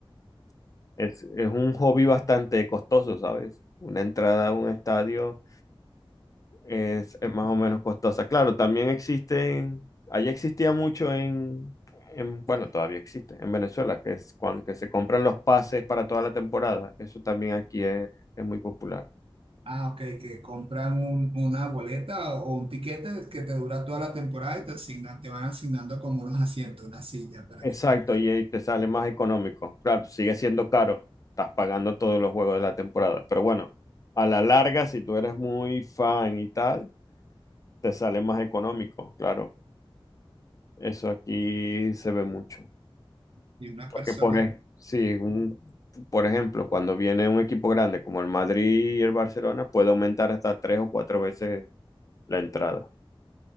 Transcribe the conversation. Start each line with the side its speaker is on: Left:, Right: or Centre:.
Left: Es, es un hobby bastante costoso, ¿sabes? Una entrada a un estadio es, es más o menos costosa. Claro, también existen, allí existía mucho en, en- bueno, todavía existe, en Venezuela, que es cuando que se compran los pases para toda la temporada. Eso también aquí es, es muy popular.
Right: Ah, ok, que compran un- una boleta o un tiquete que te dura toda la temporada y te asignan, te van asignando como unos asientos, una silla para
Left: Exacto,
Right: que tú-
Left: y ahí te sale más económico. Claro, sigue siendo caro, estás pagando todos los juegos de la temporada, pero bueno, a la larga, si tú eres muy fan y tal, te sale más económico, claro. Eso aquí se ve mucho.
Right: y una
Left: Porque
Right: persona.
Left: por, ej- sí, un- por ejemplo, cuando viene un equipo grande como el Madrid y el Barcelona, puede aumentar hasta tres o cuatro veces la entrada.